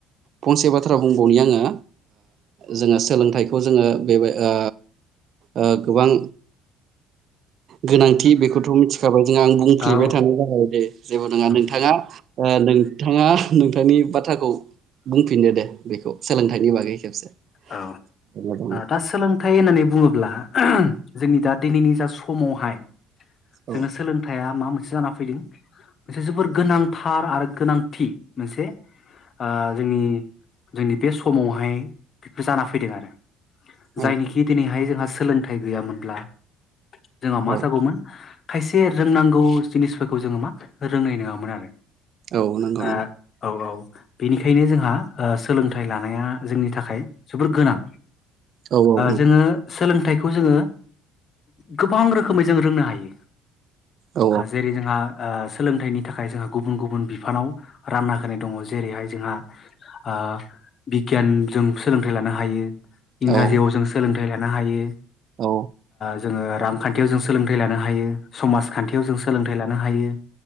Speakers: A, on the right; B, on the left.
A: फंसे बाथ्रा बुंबावनि आङो जोङो सोलोंथाइखौ जोङो बेबाय ओ ओ गोबां गोनांथि बेखौथ' मिथिखाबाय आं बुंफ्लिबाय
B: औ
A: थानाय जाबाय दे जेबो नङा
B: औ
A: नोंथाङा नोंथाङा नोंथांनि बाथ्राखौ बुंफिनदो दे बेखौ सोलोंथाइनि बागै खेबसे
B: औ
A: औ
B: दा सोलोंथाइ होननानै बुङोब्ला जोंनि दा दिनैनि जा समावहाय जोङो
A: औ
B: सोलोंथाइया मा मोनसे जाना फैदों मोनसे जोबोर गोनांथार आरो गोनांथि मोनसे ओ जोंनि जोंनि बे समावहाय बिब्दि जाना फैदों आरो
A: औ
B: जायनिखि दिनैहाय जोंहा सोलोंथाइ गैयामोनब्ला जोंहा मा
A: औ
B: जागौमोन खायसे रोंनांगौ जिनिसफोरखौ जोङो मा रोंनाय नङामोन आरो।
A: औ नंगौ
B: आ
A: नंगौ
B: औ औ बेनिखायनो जोंहा सोलोंथाइ लानाया जोंनि थाखाय जोबोर गोनां
A: औ औ
B: जोङो सोलों थायखौ जोङो गोबां रोखोमै जों रोंनो हायो।
A: औ
B: जेरै जोंहा ओ सोलोंथाइनि थाखाय जोंहा गुबुन गुबुन बिफानाव रानना होनाय दङ जेरैहाय जोंहा ओ बिगियान जों सोलोंथाइ लानो हायो, इंराजियाव
A: औ
B: जों सोलोंथाइ लानो हायो।
A: औ
B: जोङो रांखान्थियाव जों सोलोंथाइ लानो हायो। समाजखान्थियाव जों सोलोंथाइ लानो हायो,